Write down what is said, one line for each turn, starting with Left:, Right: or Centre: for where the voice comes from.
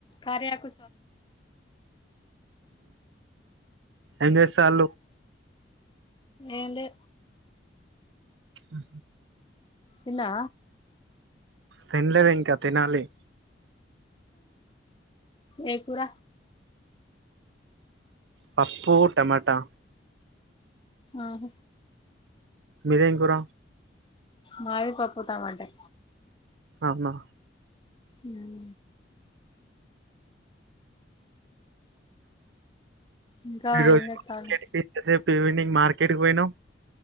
Left: కార్యకు
Right: ఏమి చేసారు
Left: ఎలే
Right: ఆ
Left: ఇలా
Right: తినలేదు ఇంకా తినాలి
Left: ఏ కూర
Right: పప్పుటమాటా
Left: ఆహ
Right: మీదేం కూర
Left: మాది పప్పు టమాటే
Right: అవున
Left: ఉం ఇంకా
Right: ఈరోజు
Left: ఏం చేత్తాలు
Right: వినింగ్ మార్ <inaudible> క్రికెట్ కి పోయినం